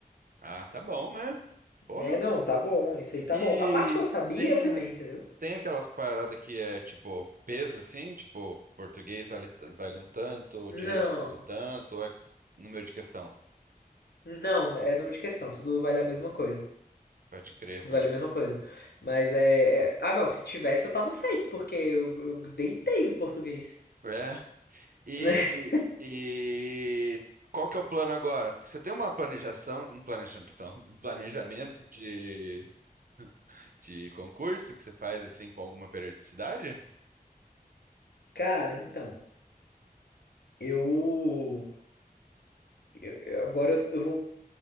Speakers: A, on the right; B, on the left.
A: Ah, tá bom, né? Porra.
B: É, não, tá bom, isso aí tá
A: E
B: bom. A parte que eu sabia,
A: tem
B: eu fui bem, entendeu?
A: Tem aquelas paradas que é tipo peso assim, tipo português vale, t- vale um tanto,
B: Não,
A: direito vale um tanto, ou é número de questão.
B: não, é número de questão, tudo vale a mesma coisa.
A: Pode crer,
B: Tudo
A: pode.
B: vale a mesma coisa. Mas é. é- Ah, não, se tivesse eu tava feito, porque eu, eu deitei no português.
A: É. E,
B: <laughs>
A: e qual que é o plano agora? Você tem uma planejação, um planejação, <laughs> um planejamento de, de concurso que você faz assim com alguma periodicidade?
B: Cara, então. Eu, eu- eu- agora eu eu vou